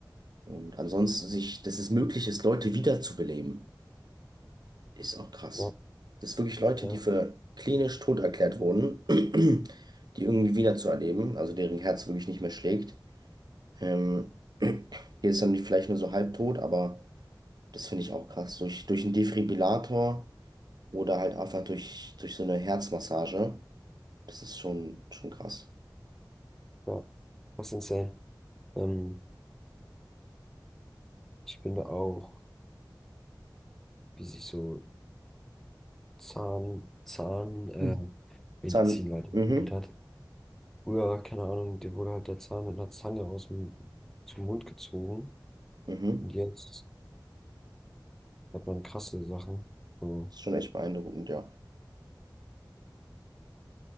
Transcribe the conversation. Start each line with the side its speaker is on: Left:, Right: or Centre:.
Right: Und ansonsten sich, dass es möglich ist, Leute wiederzubeleben. Ist auch krass.
Centre: Ja,
Right: Dass wirklich Leute,
Centre: ja,
Right: die für klinisch tot erklärt wurden, <clears throat> die irgendwie wieder zu erleben also deren Herz wirklich nicht mehr schlägt. Ähm, <clears throat> hier ist dann nicht- vielleicht nur so halbtot, aber das finde ich auch krass. Durch, durch einen Defibrillator oder halt einfach durch, durch so eine Herzmassage. Das ist schon, schon krass.
Centre: ja, das ist insane. Ähm, ich finde auch, wie sich so Zahn, Zahn, äh,
Right: Mhm.
Centre: Medizin
Right: Zahn,
Centre: weiterentwickelt
Right: mhm,
Centre: hat. Früher, keine Ahnung, dir wurde halt der Zahn mit einer Zange aus dem, zum Mund gezogen.
Right: mhm.
Centre: Und jetzt Hat man krasse Sachen. So.
Right: Ist schon echt beeindruckend, ja.